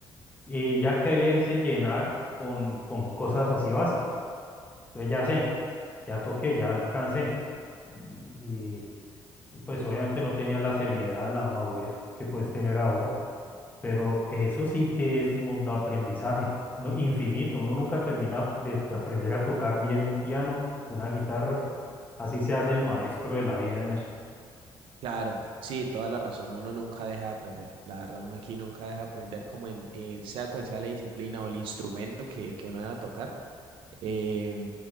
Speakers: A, on the left; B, on the right.
A: Eh, ya quererse llenar con, con cosas así básicas. Entonces ya sé, ya toqué, ya alcancé. Y, y, pues obviamente no tenía la seriedad, la madurez que puedes tener ahora. Pero eso sí que es un mundo de aprendizaje, no- infinito. Uno nunca termina de, de aprender a tocar bien un piano, una guitarra. Así se hace el maestro de la vida en eso.
B: Claro. Sí, toda la razón. Uno nunca deja de aprender. La verdad, uno aquí nunca deja de aprender como en, en sea cual sea la disciplina o el instrumento que, que uno deba tocar. Eh,